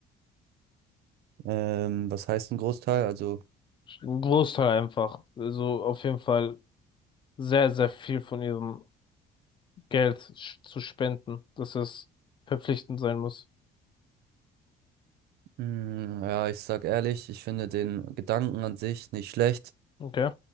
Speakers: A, on the right; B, on the left.
A: Ähm, was heißt ein Großteil? Also,
B: Einen Großteil einfach. Also auf jeden Fall sehr, sehr viel von ihrem Geld sch- zu spenden, dass es verpflichtend sein muss.
A: mh, ja, ich sag ehrlich, ich finde den Gedanken an sich nicht schlecht,
B: Okay.